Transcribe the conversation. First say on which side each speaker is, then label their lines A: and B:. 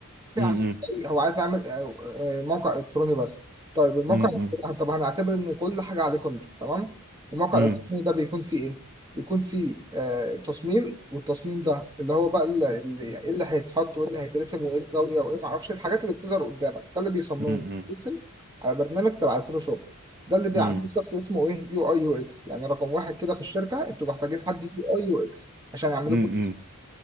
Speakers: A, on the right; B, on the right.
A: يا
B: مم.
A: عم، هو عايز يعمل آه، آه، موقع الكتروني بس طيب الموقع
B: مم.
A: الإلكتروني- طب هنعتبر ان كل حاجه عليكم انتوا تمام الموقع
B: مم.
A: الالكتروني ده بيكون فيه ايه بيكون فيه آه تصميم والتصميم ده اللي هو بقى ال- ال- ايه اللي هيتحط وايه اللي هيترسم وايه الزاويه وايه ما اعرفش الحاجات اللي بتظهر قدامك ده اللي بيصممه
B: مم.
A: بيترسم على برنامج تبع الفوتوشوب ده اللي بيعمله
B: مم.
A: شخص اسمه ايه يو اي يو اكس يعني رقم واحد كده في الشركه انتوا محتاجين حد يو اي يو اكس عشان يعمل
B: مم.
A: لكم
B: مم.